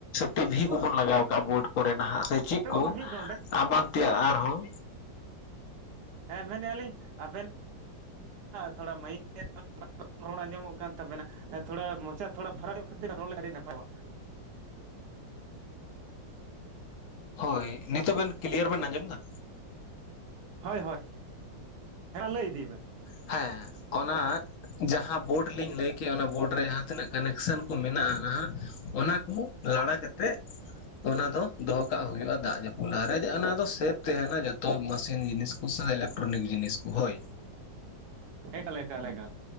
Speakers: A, on the left (about 65°); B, on the right (about 65°).
A: ᱴᱤᱵᱷᱤ
B: ᱦᱮᱸ ᱜᱚᱝᱠᱮ
A: ᱠᱚᱵᱚᱱ ᱞᱟᱜᱟᱣ ᱠᱟᱜᱼᱟ ᱵᱳᱨᱰ ᱠᱚᱨᱮ ᱱᱟᱦᱟᱜ ᱥᱮ
B: ᱦᱟᱯᱮ
A: ᱪᱮᱫ
B: ᱜᱚᱝᱠᱮ
A: ᱠᱚ
B: ᱢᱤᱫ ᱰᱚᱸᱰᱮᱠ
A: ᱮᱢᱟᱱ ᱛᱮᱭᱟᱜ ᱟᱨᱦᱚᱸᱼᱼ
B: ᱦᱮᱸ ᱢᱮᱱᱮᱫᱼᱟ ᱞᱤᱧ ᱟᱵᱮᱱ ᱛᱷᱚᱲᱟ ᱢᱟᱹᱭᱤᱠᱼᱼ ᱨᱚᱲ ᱟᱸᱡᱚᱢᱚᱜ ᱠᱟᱱ ᱛᱟᱵᱮᱱᱟ ᱛᱷᱚᱲᱟ ᱢᱚᱪᱟ ᱛᱷᱚᱲᱟ ᱯᱷᱟᱨᱟᱠᱧᱚᱜ ᱠᱟᱛᱮ ᱨᱚᱲ ᱟᱹᱰᱤ ᱱᱟᱯᱟᱭᱣᱟ᱾ <unintelligible>
A: ᱦᱳᱭ ᱱᱤᱛᱚᱜ ᱵᱮᱱ ᱠᱞᱤᱭᱟᱨ ᱵᱮᱱ ᱟᱸᱡᱚᱢ ᱮᱫᱟ?
B: ᱦᱳᱭ ᱦᱳᱭ ᱦᱮᱸ ᱞᱟᱹᱭ ᱤᱫᱤᱭ ᱵᱮᱱ᱾
A: ᱦᱮᱸ ᱚᱱᱟᱼᱼ ᱡᱟᱦᱟᱸ ᱵᱳᱰ ᱞᱤᱧ ᱞᱟᱹᱭᱠᱮᱜᱼᱟ ᱚᱱᱟ ᱵᱳᱰ ᱨᱮ ᱡᱟᱦᱟᱸ ᱛᱤᱱᱟᱹᱜ ᱠᱟᱱᱮᱠᱥᱚᱱ ᱠᱚ ᱢᱮᱱᱟᱜᱼᱟ ᱦᱟᱸᱜ᱾ ᱚᱱᱟ ᱠᱚ ᱞᱟᱲᱟ ᱠᱟᱛᱮᱜ ᱚᱱᱟ ᱫᱚᱼᱼ ᱫᱚᱦᱚ ᱠᱟᱜ ᱦᱩᱭᱩᱜᱼᱟ ᱫᱟᱜ ᱡᱟᱹᱯᱩᱫ ᱞᱟᱦᱟ ᱨᱮ ᱚᱱᱟ ᱫᱚ ᱥᱮᱯ ᱛᱟᱦᱮᱱᱟ ᱡᱚᱛᱚ ᱢᱮᱥᱤᱱ ᱡᱤᱱᱤᱥ ᱠᱚᱼ ᱮᱞᱮᱠᱴᱨᱚᱱᱤᱠ ᱡᱤᱱᱤᱥ ᱠᱚ ᱦᱳᱭ,
B: ᱮᱠᱟᱞ ᱮᱠᱟᱞ ᱮᱠᱟᱞ